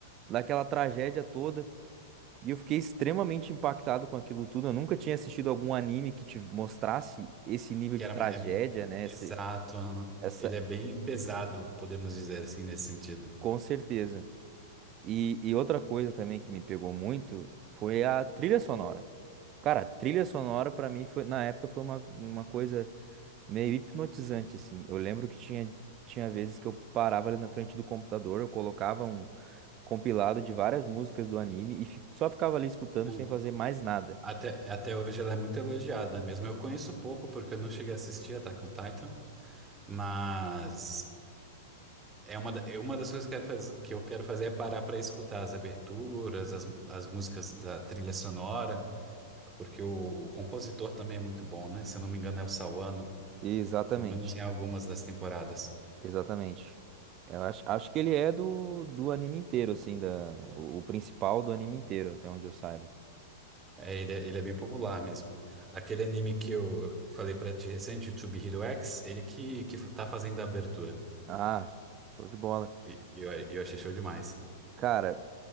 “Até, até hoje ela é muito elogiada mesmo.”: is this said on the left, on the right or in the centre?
Right